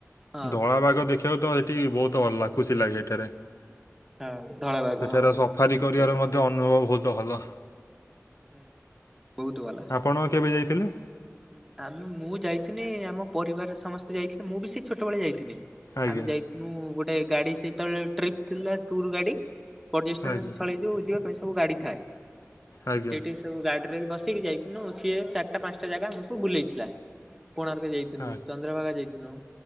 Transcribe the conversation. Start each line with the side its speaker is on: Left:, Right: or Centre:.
Centre: ହଁ
Left: ଧଳା ବାଘ ଦେଖି ପ୍ରାୟତଃ ହେଠି ବହୁତ ଅଲଗା ଖୁସି ଲାଗେ ହେଠାରେ।
Centre: ହଁ ଧଳାବାଘ
Left: ସେଠାରେ
Centre: ହଁ।
Left: ସଫାରୀ
Centre: ଠିକ୍
Left: କରିବାର
Centre: କହିଲି
Left: ମଧ୍ୟ ଅନୁଭବ ବହୁତ ଭଲ।
Centre: ହୁଁ, ବହୁତ ଭଲ।
Left: ଆପଣ କେବେ ଯାଇଥିଲେ?
Centre: ଆମେ ମୁଁ ଯାଇଥିନି ଆମ ପରିବାର ରେ ସମସ୍ତେ ଯାଇଥିଲେ। ମୁଁ ବି ସେଇ ଛୋଟବେଳେ ଯାଇଥିନି।
Left: ଆଜ୍ଞା
Centre: ଆମେ ଯାଇ ମୁଁ ଗୋଟେ ଗାଡି ସେତେବେଳେ ଟ୍ରିପ ଥିଲା ଟୁର ଗାଡି। ପର୍ଯ୍ୟଟନ
Left: ଆଜ୍ଞା
Centre: ସ୍ଥଳୀ ଯୋଉ ଯିବା ପାଇଁ ସବୁ ଗାଡି ଥାଏ। ତ ଆମେ
Left: ଆଜ୍ଞା
Centre: ସେଇଠି ସବୁ ଗାଡି ରେ ବସେଇକି ଯାଇଥିନୁ। ସିଏ ଚାରିଟା ପାଞ୍ଚଟା ଜାଗା ଆମକୁ ବୁଲେଇଥିଲା। କୋଣାର୍କ ଯାଇ ଥିନୁ।
Left: ଆ
Centre: ଚନ୍ଦ୍ରଭାଗା ଯାଇଥିନୁ।